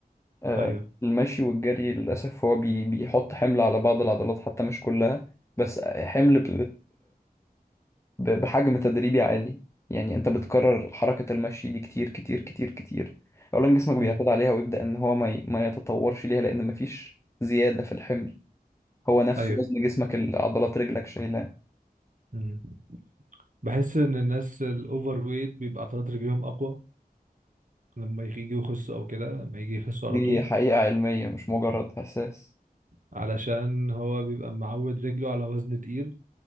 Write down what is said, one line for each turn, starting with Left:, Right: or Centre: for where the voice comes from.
Left: آه
Right: ايوه
Left: المشي والجري للأسف هو بي بيحط حمل على بعض العضلات حتى مش كلها بس حمل ب- بحجم تدريبي عالي يعني انت بتكرر حركة المشي دي كتير كتير كتير كتير اولا جسمك بيعتاد
Right: امم
Left: عليها ويبدأ ان هو ما ي- ما يتطورش ليها لان مفيش زيادة في الحمل هو نفسه
Right: ايوه
Left: وزن جسمك اللي عضلات رجلك شايلاه
Right: امم بحس ان الناس الاوفر ويت بيبقى عضلات رجليهم اقوى لما يجي يخسوا او كده لما يجي يخسوا
Left: دي
Right: على طول
Left: حقيقة علمية مش مجرد احساس
Right: علشان هو بيبقى معود رجله على وزن تقيل